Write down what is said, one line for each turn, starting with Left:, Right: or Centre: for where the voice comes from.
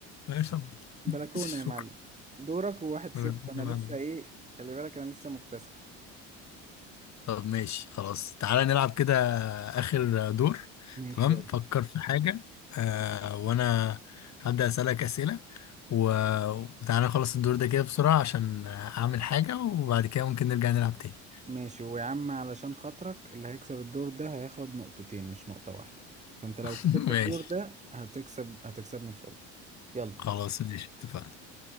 Left: ماشي
Right: بلكونه
Left: <laughs> شكرا
Right: يا معلم دورك وواحد
Left: بلكونة
Right: صفر انا
Left: معلومة.
Right: لسه ايه خلي بالك انا لسه مكتسح
Left: طب ماشي خلاص تعالى نلعب كده آخر دور
Right: ماشي
Left: تمام
Right: يلا
Left: فكر في حاجة آه وأنا هبدأ أسألك أسئلة و- وتعالى نخلص الدور ده كده بسرعة عشان أعمل حاجة وبعد كده ممكن نرجع نلعب تاني
Right: ماشي ويا عم علشان خاطرك اللي هيكسب الدور ده هياخد نقطتين مش نقطة واحدة فانت لو
Left: <laughs>
Right: كسبت
Left: ماشي
Right: الدور ده هتكسب هتكسبني خالص يلا
Left: خلاص ماشي اتفقنا